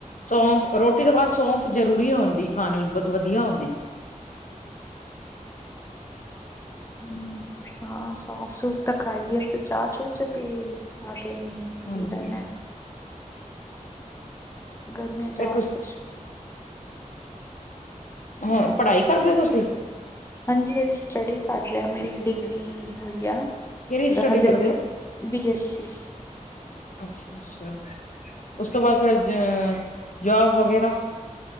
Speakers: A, on the left; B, on the left.
A: ਸੌਂਫ ਰੋਟੀ ਤੋਂ ਬਾਅਦ ਸੌਂਫ ਜ਼ਰੂਰੀ ਹੁੰਦੀ ਖਾਣੀ ਵਧ ਵਧੀਆ ਹੁੰਦੀ। <inaudible>
B: ਹਮ ਹਾਂ ਸਾਫ਼ ਸੂਫ਼ ਤਾਂ ਖਾਈ ਦੇ ਤੇ ਚਾਹ ਚੂ ਚ ਪੀ। ਕੀ
A: ਹਾਂਜੀ
B: ਤਨੇ? ਗਰਮੀਆਂ ਚ
A: ਫਿਰ
B: ਆ ਹੀ ਕੁਝ।
A: ਹਾਂ ਪੜ੍ਹਾਈ ਕਰਦੇ ਓ ਤੁਸੀਂ?
B: ਹਾਂਜੀ ਅ ਸਟੱਡੀ ਕਰਦੇ ਆ। ਮੇਰੀ ਡਿਗਰੀ ਹੋਈ ਆ।
A: ਕਿਹੜੀ
B: ਲੇ
A: ਸਟੱਡੀ
B: ਹਜੇ
A: ਕਰਦੇ ਹੋ
B: ਬੀ ਐੱਸਸੀ।
A: ਅੱਛਾ ਅੱਛਾ। ਉਸ ਤੋਂ ਬਾਅਦ ਫਿਰ ਅ ਜੋਬ ਵਗੈਰਾ।